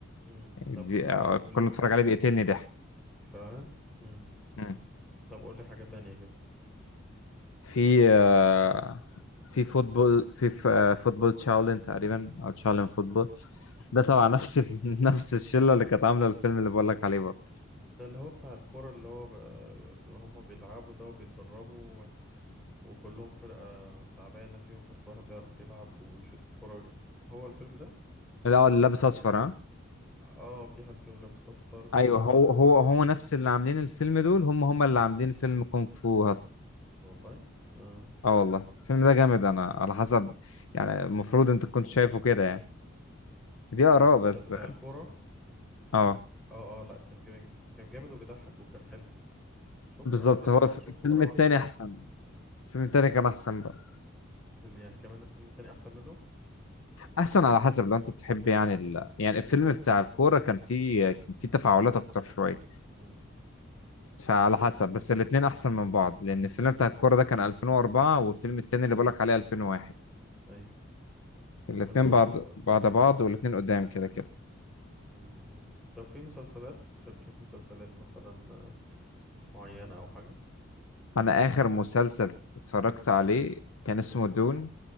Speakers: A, in the centre; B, on the left.
A: امم
B: بي-
A: طب
B: آه،
A: طب قول
B: كل ما اتفرج عليه بيقتلني ضحك
A: فعلا امم
B: مم.
A: طب قول لي حاجة تانية كده
B: في آه، في فوتبول في ف- آه، فوتبول تشاولين تقريبا أو تشاولين فوتبول ده طبعا نفس ال- <laughs> نفس الشلة اللي كانت عاملة الفيلم اللي بقول لك عليه برضه
A: ده اللي هو بتاع الكورة اللي هو ب... هم بيلعبوا ده وبيتدربوا و... وكلهم فرقة تعبانة فيهم بس واحد بيعرف يلعب ويشوط الكورة هو الفيلم ده
B: لا هو اللي لابس أصفر ها
A: اه في حد فيهم لابس اصفر كده
B: أيوه
A: و...
B: هو هو هو نفس اللي عاملين الفيلم دول هم هم اللي عاملين فيلم كونغ فو هاس
A: والله اه
B: اه والله الفيلم ده جامد أنا على حسب يعني المفروض أنت كنت شايفه كده يعني
A: بتاع
B: دي آراء
A: ال...
B: بس
A: بتاع بتاع الكورة
B: اه
A: اه اه لا كان جامد كان جامد وبيضحك وكان حلو شفته
B: بالظبط
A: أنا- بس بس
B: هو الف-
A: انا شفته
B: الفيلم
A: مرة
B: التاني
A: واحدة
B: أحسن الفيلم التاني كان أحسن بقى
A: اللي يعني كمان الفيلم التاني احسن منه
B: أحسن على حسب لو أنت تحب يعني ال... يعني الفيلم بتاع الكورة كان فيه كان فيه تفاعلات أكتر شوية
A: امم
B: فعلى حسب بس الاتنين أحسن من بعض لأن الفيلم بتاع الكورة ده كان 2004 والفيلم التاني اللي بقولك عليه 2001
A: ايوه 2004
B: الاتنين بعد
A: و2001
B: بعد بعض والاتنين قدام كده كده
A: مم، مم. طب في مسلسلات انت بتشوف مسلسلات مثلا آه، معينة أو حاجة
B: أنا آخر مسلسل اتفرجت عليه كان اسمه دون